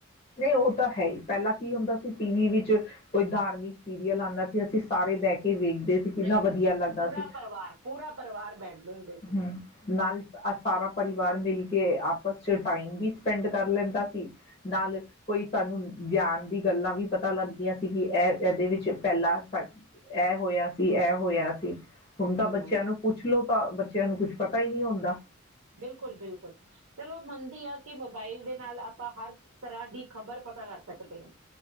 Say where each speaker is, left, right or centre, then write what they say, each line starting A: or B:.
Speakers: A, on the left (about 30°); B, on the right (about 85°).
A: ਨਹੀਂ ਉਹ ਤਾਂ ਹੈ ਹੀ ਪਹਿਲਾਂ ਕੀ ਹੁੰਦਾ ਸੀ ਟੀ ਵੀ ਵਿੱਚ ਕੋਈ ਧਾਰਮਿਕ ਸੀਰੀਅਲ ਆਂਦਾ ਕੇ ਅਸੀ ਸਾਰੇ ਬਹਿ ਕੇ ਵੇਖ ਦੇ ਸੀ, ਕਿੰਨਾ
B: ਬਿਲਕੁਲ
A: ਵਧੀਆ ਲੱਗਦਾ
B: ਪੂਰਾ
A: ਸੀ,
B: ਪਰਿਵਾਰ ਪੂਰਾ ਪਰਿਵਾਰ ਬੈਠਦੇ ਹੁੰਦੇ ਸੀ
A: ਹਮ ਨਾਲ ਅ ਸਾਰਾ ਪਰਿਵਾਰ ਮਿਲ ਕੇ ਆਪਸ ਚ ਟਾਈਮ ਵੀ ਸ ਪਿੰਡ ਕਰ ਲੈਂਦਾ ਸੀ, ਨਾਲ ਕੋਈ ਸਾਨੂੰ ਗਿਆਨ ਦੀ ਗੱਲਾਂ ਵੀ ਪਤਾ ਲੱਗਦੀਆਂ ਸੀ ਕਿ ਇਹ ਇਹਦੇ ਵਿੱਚ ਪਹਿਲਾਂ ਸ ਏਹ ਹੋਇਆ ਸੀ, ਏਹ ਹੋਇਆ ਸੀ ਹੁਣ ਤਾਂ
B: ਹਮ
A: ਬੱਚਿਆਂ ਨੂੰ ਪੁੱਛ ਲੋੋ ਤਾਂ ਬੱਚਿਆਂ ਨੂੰ ਕੁਛ ਪਤਾ ਹੀ ਨਹੀਂ ਹੁੰਦਾ।
B: ਬਿਲਕੁਲ, ਬਿਲਕੁਲ। ਚਲੋ ਮੰਨਦੀ ਆ ਕਿ ਮੋਬਾਈਲ ਦੇ ਨਾਲ ਆਪਾਂ ਹਰ ਤਰ੍ਹਾਂ ਦੀ ਖ਼ਬਰ ਪਤਾ ਕਰ ਸਕਦੇ ਆਂ।